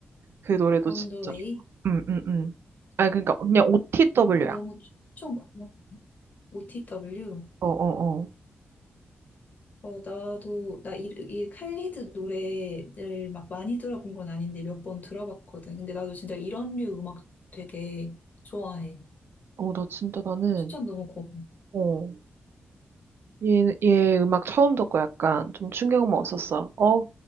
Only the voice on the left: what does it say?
언더웨이.
어, 너무 추천 고마워. OTW.
어, 나도, 나 이, 이 칼리드 노래를 막 많이 들어본 건 아닌데 몇 번 들어봤거든. 근데 나도 진짜 이런 류 음악 되게 좋아해.
추천 너무 고마워.